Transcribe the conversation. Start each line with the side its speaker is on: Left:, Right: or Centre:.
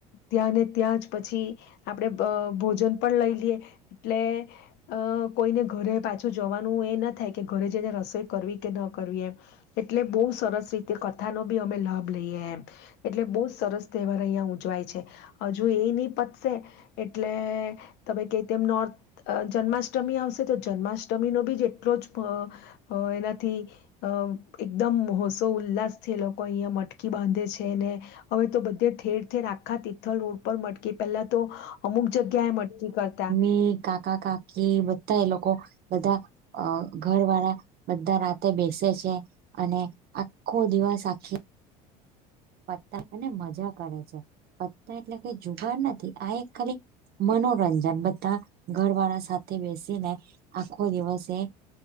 Left: ત્યાંને ત્યાં જ પછી આપડે ભોજન પણ લઈ લઈએ એટલે અ કોઈને ઘરે પાછું જવાનું એ ના થાય કે ઘરે જઈને રસોઈ કરવી કે ન કરવી એમ. એટલે બહુ સરસ રીતે કથાનો બી અમે લાભ લઈએ એમ. એટલે બહુ સરસ તહેવાર અહિયાં ઉજવાય છે. હજુ એ નહીં પત સે એટલે તમે કેય તેમ નોર અ જન્માષ્ટમી આવશે તો જન્માષ્ટમીનો બી જ એટલો જ એનાથી અ એકદમ હોશો ઉલ્લાસથી લોકો અહિયા મટકી બાંધે છે ને હવે તો બધે ઠેર ઠેર આખા તિથલ રોડ પર મટકી પેલા તો અમુક જગ્યાએ મટકી કરતા.
Right: ઈ કા કાકા કાકી બધા એ લોકો બધા અ ઘરવાળા બધા રાતે બેસે છે. અને આખો દિવસ આખી પત્તા અને મજા કરે છે. પત્તા એટલે કઈ જુગાર નથી. આ એક ખાલી મનોરંજન બધા ઘરવાળા સાથે બેસીને આખો દિવસ એ